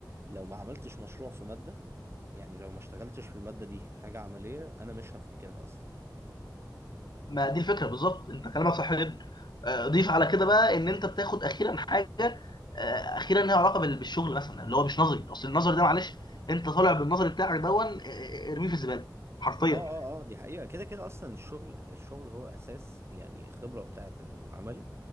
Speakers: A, on the right (about 35°); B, on the left (about 75°).
A: لو ما عملتش مشروع في ماده يعني لو ما اشتغلتش في الماده دي حاجه عمليه انا مش هفتكرها اصلا
B: ما دي الفكره بالظبط انت كلامك صح جدا آه، ضيف على كده بقى ان انت بتاخد اخيرا حاجه آه، اخيرا ليها علاقه بال- بالشغل مثلا اللي هو مش نظري اصل النظري ده معلش انت طالع بالنظري بتاعك دون آه، ارميه في الزباله حرفيا
A: اه اه اه دي حقيقة كده كده اصلا الشغل الشغل هو اساس يعني الخبرة بتاعت العملي